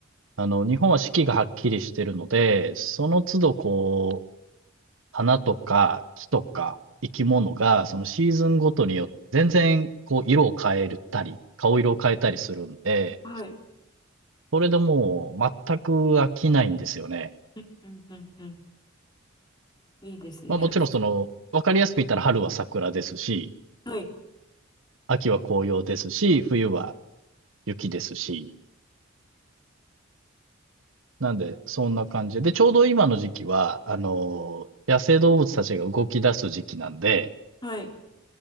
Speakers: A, on the right (about 70°); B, on the left (about 20°).
A: あの、日本は四季がはっきりしてるので、その都度こう花とか木とか生き物が、そのシーズンごとによって全然こう色を変えたり、顔色を変えたりするんで、
B: はい。
A: それでもう全く飽きないんですよね。
B: うんうんうんうん。いいですね。
A: まあもちろんその、わかりやすく言ったら春は桜ですし、
B: はい。
A: 秋は紅葉ですし、冬は雪ですし、なんでそんな感じで、で、ちょうど今の時期は、あの、野生動物たちが動き出す時期なんで、
B: はい。